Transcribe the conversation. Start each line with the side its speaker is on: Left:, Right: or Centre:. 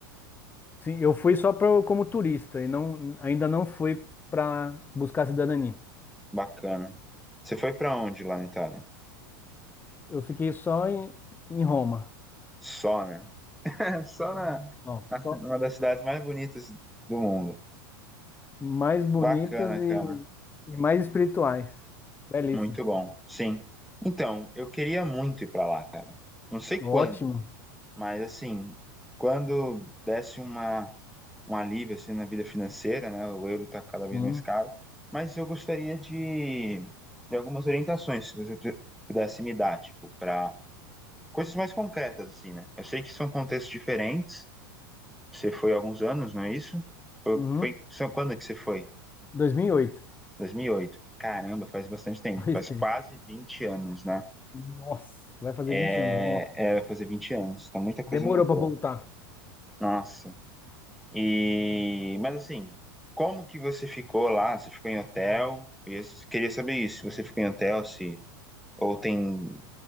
Left: Sim, eu fui só pra, como turista e não, ainda não fui para buscar cidadania.
Centre: Bacana. Você foi pra onde lá na Itália?
Left: Eu fiquei só em, em Roma.
Centre: Só, né? <laughs> Só na,
Left: Ó,
Centre: na ci-
Left: só
Centre: uma das cidades mais bonitas do mundo.
Left: mais bonitas
Centre: Bacana,
Left: e,
Centre: cara.
Left: e mais espirituais. Belíssimo.
Centre: Muito bom. Sim. Então, eu queria muito ir pra lá, cara. Não sei
Left: Ótimo.
Centre: quando, mas assim, quando desse uma um alívio assim na vida financeira, né? O euro tá cada vez
Left: Sim.
Centre: mais caro, mas eu gostaria de de algumas orientações, se você pudesse me dar, tipo, para coisas mais concretas assim, né? Eu sei que são contextos diferentes Você foi há alguns anos, não é isso? Foi,
Left: Uhum.
Centre: foi, são- quando é que você foi?
Left: 2008.
Centre: 2008. Caramba, faz bastante tempo.
Left: Pois
Centre: Faz
Left: tem.
Centre: quase 20 anos, né?
Left: <laughs> Nossa, vai fazer
Centre: É,
Left: 20 anos. Nossa.
Centre: é, vai fazer 20 anos. Então muita coisa
Left: Demorou
Centre: mudou.
Left: para voltar.
Centre: Nossa. E, mas assim, como que você ficou lá? Você ficou em hotel? E Eu queria saber isso. Se você ficou em hotel, se ou tem